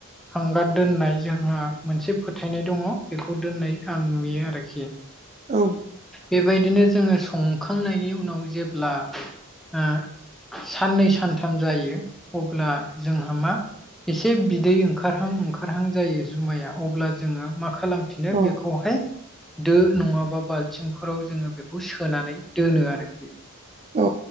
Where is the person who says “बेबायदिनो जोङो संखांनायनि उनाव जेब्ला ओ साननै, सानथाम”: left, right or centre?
Centre